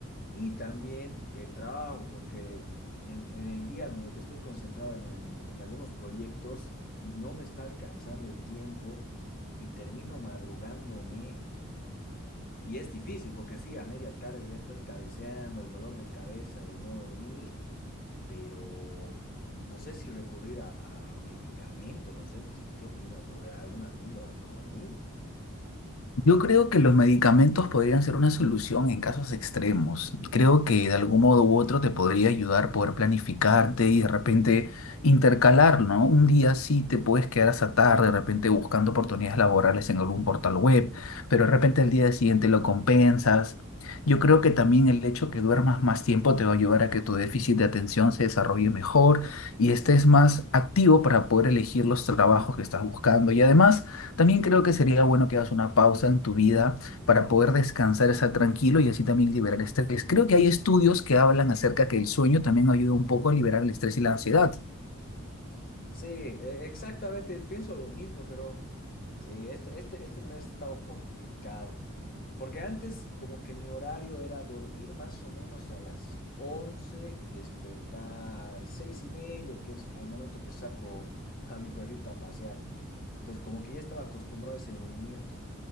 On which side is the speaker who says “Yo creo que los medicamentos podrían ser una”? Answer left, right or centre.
Left